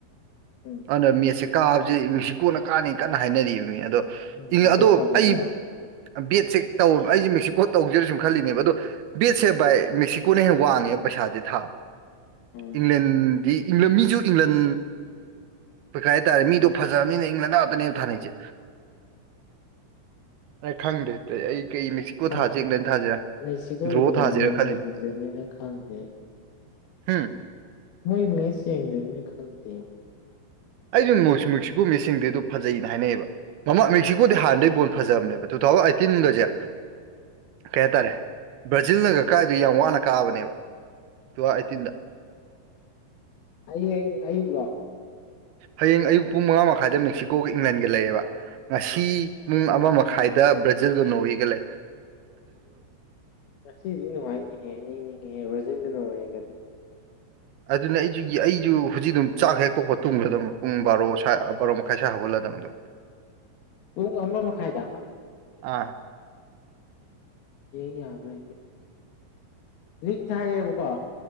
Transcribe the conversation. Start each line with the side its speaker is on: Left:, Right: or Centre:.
Left: ꯎꯝ
Right: ꯑꯗꯨꯗ ꯃꯦꯠꯁꯦ ꯀꯥꯕꯁꯦ ꯃꯤꯅꯨꯡꯁꯤ ꯀꯣꯟꯅ ꯀꯥꯅꯤ ꯀꯟꯅ ꯍꯥꯏꯅꯔꯤꯕꯅꯤ ꯑꯗꯣ
Left: ꯎꯝ
Right: ꯑꯗꯣ
Left: ꯕꯦꯠ ꯇꯧꯒꯤꯁꯤꯔꯣ
Right: ꯑꯩ ꯕꯦꯠꯁꯦ ꯇꯧ ꯑꯩꯁꯦ ꯃꯦꯛꯁꯤꯀꯣ ꯇꯧꯖꯦꯔ ꯁꯨꯝ ꯈꯜꯂꯤꯅꯦꯕ ꯑꯗꯣ ꯕꯦꯠꯁꯦ ꯚꯏ ꯃꯦꯛꯁꯤꯀꯣꯅ ꯍꯦꯟꯅ ꯋꯥꯡꯉꯦꯕ ꯄꯩꯁꯥꯁꯦ ꯊꯥꯕ
Left: ꯎꯝ
Right: ꯏꯪꯂꯦꯟꯗꯤꯪꯂ ꯃꯤꯁꯨ ꯏꯪꯂꯦꯟ ꯀꯩꯀꯩ ꯍꯥꯏꯇꯥꯔꯦ ꯃꯤꯗꯣ ꯐꯖꯕꯅꯤꯅ ꯏꯪꯂꯦꯟ ꯉꯥꯛꯇꯅꯦꯕ ꯊꯥꯅꯩꯁꯦ ꯅ ꯈꯪꯗꯦ ꯑꯇꯩ ꯑꯩ ꯀꯩ ꯃꯦꯛꯁꯤꯀꯣ
Left: ꯈꯪꯗꯦ
Right: ꯊꯥꯁꯤ ꯏꯪꯂꯦꯟ ꯊꯥꯁꯤꯔꯥ
Left: ꯃꯦꯛꯁꯤꯀꯣ
Right: ꯗ꯭ꯔꯣꯍꯣ
Left: ꯏꯪꯂꯦꯟ
Right: ꯊꯥꯁꯤꯔꯥ
Left: ꯕꯣꯜ
Right: ꯈꯜꯂꯤ
Left: ꯌꯦꯡꯗ꯭ꯔꯤꯕꯅꯤꯅ ꯈꯪꯗꯦ
Right: ꯍꯥꯝ
Left: ꯃꯣꯏ ꯃꯁꯤ ꯑꯗ ꯈꯪꯨ
Right: ꯑꯩꯁꯨ ꯃꯦꯛꯁꯤꯀꯣ ꯃꯤꯁꯤꯡꯗꯤ ꯑꯗꯨ ꯐꯖꯅ ꯍꯥꯏꯅꯩꯌꯦꯕ ꯃꯃꯥ ꯃꯦꯛꯁꯤꯀꯣꯗꯤ ꯍꯥꯟꯗꯩ ꯕꯣꯜ ꯐꯖꯕꯅꯦꯕ ꯁꯣ ꯇꯤꯟꯗꯣꯖ ꯀꯩ ꯍꯥꯏꯇꯥꯔꯦ ꯕ꯭ꯔꯥꯖꯤꯜꯅ ꯀꯀꯥꯏꯗꯨ ꯌꯥꯝ ꯋꯥꯅ ꯀꯥꯕꯅꯦꯕ ꯇꯨ ꯑꯩꯠꯇꯤꯟꯗ
Left: ꯑꯌ ꯑꯌꯨꯒꯣ
Right: ꯍꯌꯦꯡ ꯑꯌꯨꯛ ꯄꯨꯡ ꯃꯉꯥ ꯃꯈꯥꯏꯗ ꯃꯦꯛꯁꯤꯀꯣꯒꯤ ꯏꯪꯂꯦꯟꯒ ꯂꯩꯌꯦꯦꯕ ꯉꯁꯤ ꯄꯨꯡ ꯑꯃ ꯃꯈꯥꯏ ꯗ ꯭ꯔꯦꯖꯤꯜꯒ ꯅꯣꯤꯒꯂꯦ
Left: ꯉꯁꯤꯗꯤ ꯅꯨꯡꯉꯥꯏꯅꯤꯍꯦ ꯌꯦꯡꯅꯤꯡꯉꯖ ꯒꯗ
Right: ꯑꯗꯨꯅ ꯑꯩꯁꯨ ꯑꯩꯁꯨ ꯍꯧꯖꯤꯛ ꯑꯗꯨꯝ ꯆꯥꯛ ꯍꯦꯛ ꯄꯣꯛꯄ ꯇꯨꯝꯒꯗꯕ ꯄꯨꯡ ꯕꯥꯔꯣ ꯕꯥꯔꯣ ꯃꯈꯥꯏ ꯁ꯭ꯋꯥꯏ ꯍꯧꯒꯍꯜꯂꯗꯕꯗꯨꯣ
Left: ꯄꯨꯡ ꯑꯃ ꯃꯈꯥꯏꯗ
Right: ꯑꯥ
Left: ꯍꯡ ꯌꯥꯕ꯭ꯔꯥ ꯡ ꯊꯥꯔꯦꯕꯀꯣ